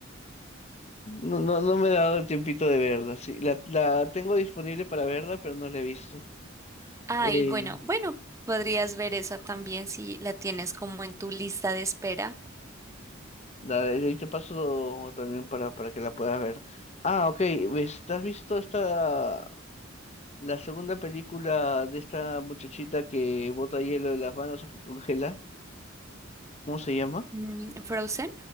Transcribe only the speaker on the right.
Ay,
bueno, bueno, podrías ver esa también si la tienes como en tu lista de espera.
Mm, ¿Frozen?